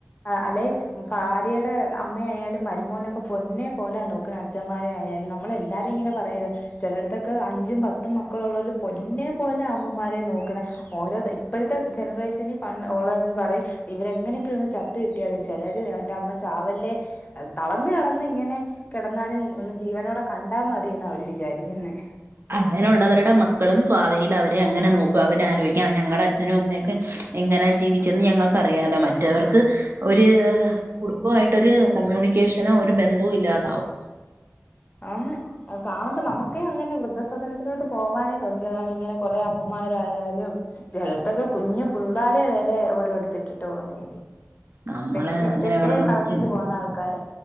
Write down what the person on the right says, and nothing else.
അങ്ങനെയുള്ളവരുടെ മക്കളും ഭാവിയിൽ അവരെ അങ്ങനെ നോക്കും അവരെ ആലോയ്ക്കാം ഞങ്ങടെ അച്ഛനും അമ്മയൊക്കെ എങ്ങനാ ജീവിച്ചെന്ന് ഞങ്ങൾക്ക് അറിയാലോ മറ്റവർക്ക് ഒരു കുടുംബമായിട്ടൊരു കമ്മ്യൂണിക്കേഷനോ ഒരു ബന്ധവും ഇല്ലാതാവും
നമ്മള്
ഇങ്ങനെ കിടന്ന്
ഇ-